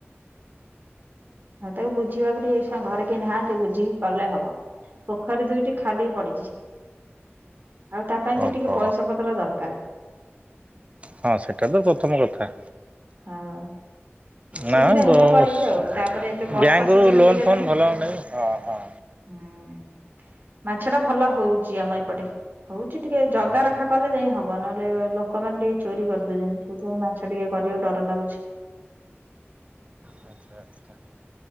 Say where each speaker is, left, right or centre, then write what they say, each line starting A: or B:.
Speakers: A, on the right; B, on the right.
A: ହଉ ତାକୁ ବୁଝିବାକୁ ଟିକେ ଘରେ କେ ନାହାନ୍ତି ବୁଝିକି କଲେ ହବ ପୋଖରୀ ଦୁଇଟି ଖାଲି ପଡିଛି ଆଉ ତା ପାଇଁ
B: ଓହୋ
A: ବି ଟିକେ ପଇସା ପତ୍ର ଦରକାର
B: ହଁ ସେଟା ତ ପଥମ କଥା
A: ହଁ ସୁବିଧା
B: ନା ଦଶ
A: ହେଲେ କରିବି ଆଉ ତାପରେ ଏବେ ବର୍ଷା
B: ବ୍ୟାଙ୍କରୁୁ
A: ସିଜନ
B: ଲୋନ
A: ହେଇଗଲାଣି
B: ଫୋନ କଲେ ହୁଅନ୍ତା ଯେ ହଁ ହଁ
A: ହୁଁ ମାଛ ଟା ଭଲ ହଉଛି ଆମ ଏପଟେ ହଉଛି ଟିକେ ଜଗା ରଖା କଲେ ଯାଇ ହବ ନହେଲେ ଲୋକମାନେ ଟିକେ ଚୋରି କରିଦଉଛନ୍ତି ସେଇଥିପାଇଁ ମାଛ ଟିକେ କରିବାକୁ ଡର ଭଲ ଲାଗୁଛି
B: ଆଚ୍ଛା ଆଚ୍ଛା